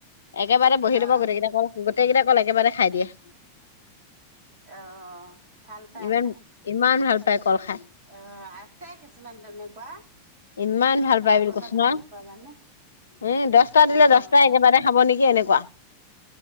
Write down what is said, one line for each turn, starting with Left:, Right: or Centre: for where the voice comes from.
Left: একেবাতে বহি
Right: অ
Left: লব গোটেই কেইটা কল গোটেই কেইটা কল একেবাৰতে খাই দিয়ে
Right: অহ ভাল পায়
Left: ইমান
Right: খাই
Left: ইমান ভাল পায় কল খাই
Right: অ আছে কিছুমান তেনেকুৱা
Left: ইমান ভাল
Right: খাবলৈ
Left: পাই বুলি কৈছো ন
Right: ভাল পোৱা মানুহ
Left: উম দছটা দিলে
Right: অ'
Left: দছটা একেবাতে খাব নেকি এনেকুৱা